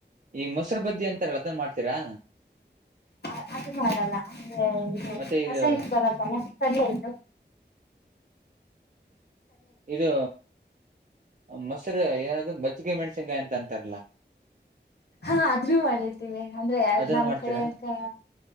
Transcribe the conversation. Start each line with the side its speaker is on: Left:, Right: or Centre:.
Right: ಈ ಮೊಸ್ರು ಬಜ್ಜಿ ಅಂತಾರಲ್ಲ ಅದನ್ ಮಾಡ್ತೀರಾ.
Left: ಹ ಅದು ಮಾಡಲ್ಲ. ಹ
Right: ಮತ್ತೆ ಇದು
Left: ಹಸೆ ಹಿಟ್ ಬರತ ಅಲ್ಲ ಕಡ್ಲೆ ಹಿಟ್ಟು.
Right: ಇದು ಮೊಸರು ಏನದ ಮಜ್ಗೆ ಮೆಣಸಿ <unintelligible> ಯಂತ ಅಂತಾರಲ್ಲ.
Left: ಹಾ ಆದ್ರು ಮಾಡಿರ್ತಿವಿ ಅಂದ್ರೆ
Right: ಅದನ್ನು
Left: ನಮ್
Right: ಮಾಡ್ತೀರಾ
Left: ಕಡೆ ಕ